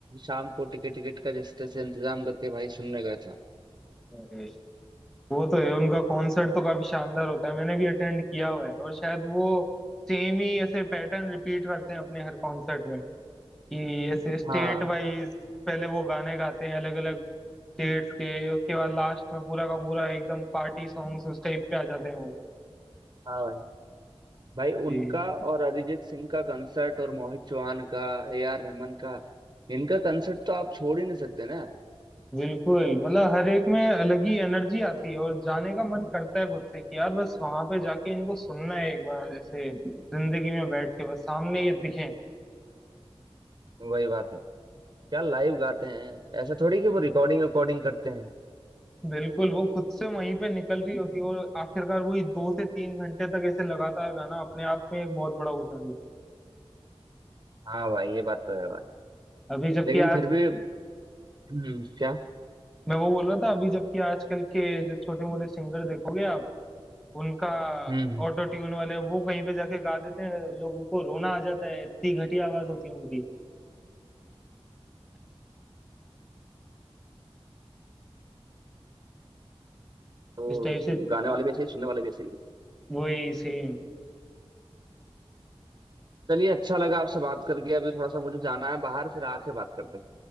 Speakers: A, on the right (about 40°); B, in the centre.
A: शाम को टिकट टिकट का जैसे तैसे इंतजाम करके भाई सुनने गया था
B: अरे वो तो है उनका कॉन्सर्ट तो काफी शानदार होता है मैंने भी अटेंड किया हुआ है और शायद वो सेम ही ऐसे पैटर्न रिपीट करते हैं अपने हर कॉन्सर्ट में कि ऐसे स्टेट
A: हाँ
B: वाइज पहले वो गाने गाते हैं अलग अलग स्टेट्स के उसके बाद लास्ट में पूरा का पूरा एकदम पार्टी सॉन्ग्स उस टाइप पे आ जाते हैं वो
A: हाँ भाई भाई
B: जी,
A: उनका और अरिजीत सिंह का कंसर्ट और मोहित चौहान का ए आर रहमान का इनका कंसर्ट तो आप छोड़ ही नहीं सकते ना
B: बिल्कुल मतलब हर एक में अलग ही एनर्जी आती है और जाने का मन करता है खुद से कि यार बस वहां पे जाके इनको सुनना है एक बार ऐसे जिंदगी में बैठ के बस सामने ये दिखें
A: वही बात है क्या लाइव गाते हैं ऐसा थोड़ी कि वो रिकॉर्डिंग रिकॉर्डिंग करते हैं
B: बिल्कुल वो खुद से वहीं पे निकल रही होती है और आखिरकार वही दो से तीन घंटे तक ऐसे लगातार गाना अपने आप में एक बहुत बड़ा हुनर है
A: हाँ भाई ये बात तो है भाई
B: अभी जबकि
A: लेकिन फिर
B: आज
A: भी हम्म, क्या
B: मैं वो बोल रहा था अभी जबकि आजकल के जो छोटे मोटे सिंगर देखोगे आप उनका
A: हम्म
B: ऑटो ट्यून वाले वो कहीं पे जाके गा देते हैं लोगों को रोना आ जाता है इतनी घटिया आवाज होती है उनकी
A: वो
B: इस टाइप से
A: गाने वाले भी ऐसे ही सुनने वाले भी ऐसे ही
B: वही सेम
A: चलिए अच्छा लगा आपसे बात करके अभी थोड़ा सा मुझे जाना है बाहर फिर आके बात करते हैं